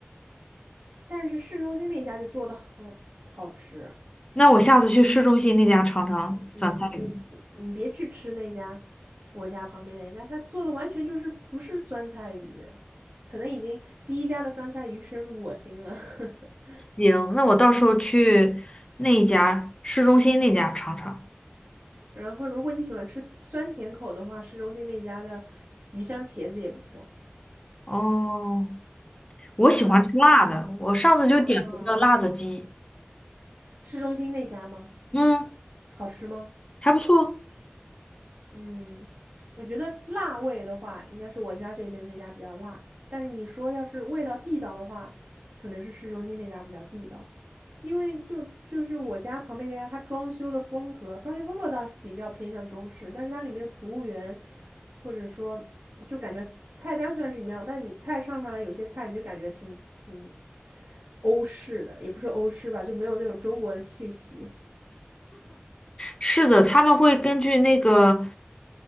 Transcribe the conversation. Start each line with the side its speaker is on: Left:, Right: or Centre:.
Right: 但是市中心那家就做的很好吃。
Left: 那我下次去市中心那家尝尝酸菜鱼。
Right: 嗯，你你别去吃那家，我家旁边那家，他做的完全就是不是酸菜鱼，可能已经第一家的酸菜鱼深入我心了。<laughs>
Left: 行，那我到时候去那一家市中心那家尝尝。
Right: 然后，如果你喜欢吃酸甜口的话，市中心那家的鱼香茄子也不错。
Left: 哦，我喜欢吃辣的，
Right: 然后，
Left: 我上次就点了个辣子鸡，
Right: 哦，市中心那家吗？
Left: 嗯，
Right: 好吃吗？
Left: 还不错。
Right: 嗯，我觉得辣味的话，应该是我家这边这家比较辣。但是你说要是味道地道的话，可能是市中心那家比较地道，因为就就是我家旁边那家，它装修的风格，装修风格倒是比较偏向中式，但是它里面服务员或者说就感觉菜单虽然是一样，但你菜上上来有些菜你就感觉挺挺欧式的，也不是欧式吧，就没有那种中国的气息。
Left: 是的，他们会根据那个